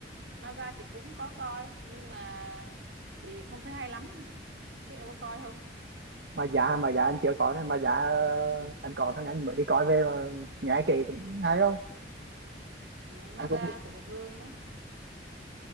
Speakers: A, on the right; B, on the right.
A: Ma Da chị cũng có coi nhưng mà chị không thấy hay lắm biết em có coi không
B: mà giá mà giá em chưa có đấy. mà giá ờ, em có thằng anh mới đi coi về mà nghe kỳ cũng hay không
A: Ừ,
B: anh
A: Ma
B: cũng
A: Da
B: biết
A: của Việt Hương đó